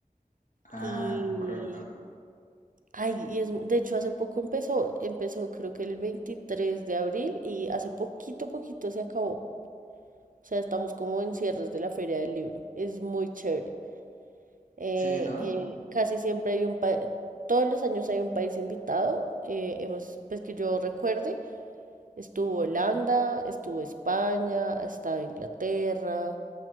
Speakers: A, on the left; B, on the right.
A: Ah,
B: Y,
A: correcto.
B: ay, y es, de hecho, hace poco empezó, empezó creo que el 23 de abril y hace poquito, poquito se acabó. O sea, estamos como en cierres de la Feria del Libro. Es muy chévere. Eh,
A: Sí, ¿no?
B: eh, casi siempre hay un país, todos los años hay un país invitado. eh, hemos, pues que yo recuerde, estuvo Holanda, estuvo España, ha estado Inglaterra.